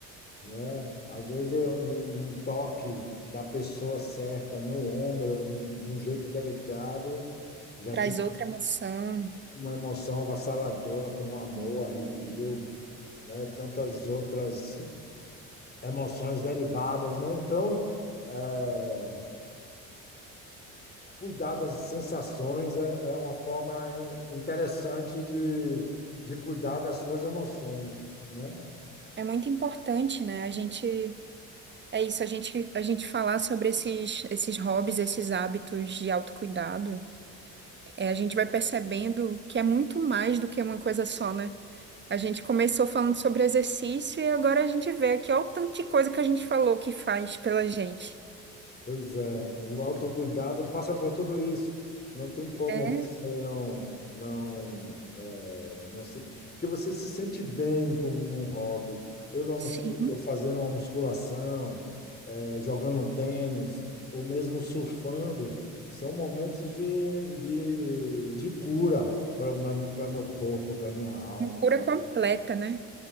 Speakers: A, on the left; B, on the right.
A: né? Às vezes é um, um toque da pessoa certa no ombro, de um jeito delicado, já
B: traz
A: te
B: outra emoção.
A: uma emoção avassaladora como amor, arrepio, né? Tantas outras emoções derivadas, né? Então, eh, Cuidar das sensações é, é uma forma in- interessante de, de cuidar das suas emoções, né?
B: É muito importante, né? A gente, é isso, a gente, a gente falar sobre esses, esses hobbies, esses hábitos de autocuidado, é, a gente vai percebendo que é muito mais do que uma coisa só, né? A gente começou falando sobre exercício e agora a gente vê aqui, olha o tanto de coisa que a gente falou que faz pela gente.
A: Pois é, o autocuidado passa por tudo isso. Não tem como
B: É
A: você não, não, é, não se... Porque você se sente bem com um hobby. Eu, não, mus-
B: Sim,
A: eu fazendo uma musculação, eh, jogando um tênis, ou mesmo surfando, são momentos de, de, de cura para para meu corpo, para minha alma,
B: uma cura completa, né?